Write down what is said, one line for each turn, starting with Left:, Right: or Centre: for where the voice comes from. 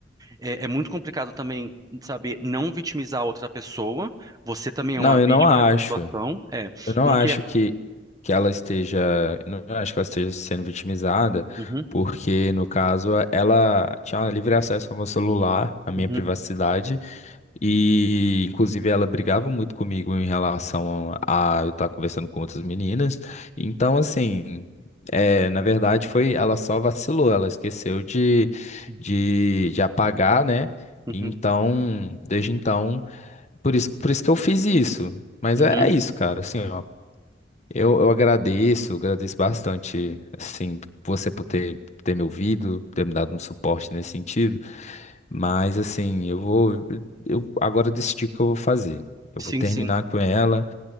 Right: É, é muito complicado também saber não vitimizar a outra pessoa. Você também
Left: Não,
Right: é uma
Left: eu
Right: vítima
Left: não acho.
Right: nessa situação. É,
Left: Eu não
Right: não
Left: acho
Right: quer?
Left: que, que ela esteja. Eu Não acho que ela esteja sendo vitimizada,
Right: Uhum,
Left: porque, no caso, ela tinha um livre acesso ao meu celular, à minha
Right: uhum,
Left: privacidade, e, inclusive, ela brigava muito comigo em relação a eu estar conversando com outras meninas. Então, assim. É, na verdade, foi, ela só vacilou, ela esqueceu de,
Right: uhum,
Left: de, de apagar, né?
Right: uhum,
Left: Então, desde então. Por isso, por isso que eu fiz isso. Mas
Right: uhum.
Left: é,
Right: uhum,
Left: é isso, cara. Assim, ó, eu, eu agradeço, agradeço bastante, assim, você por ter, ter me ouvido, ter me dado um suporte nesse sentido. Mas, assim, eu vou. Eu agora decidi o que eu vou fazer. Eu
Right: Sim,
Left: vou terminar
Right: sim.
Left: com ela,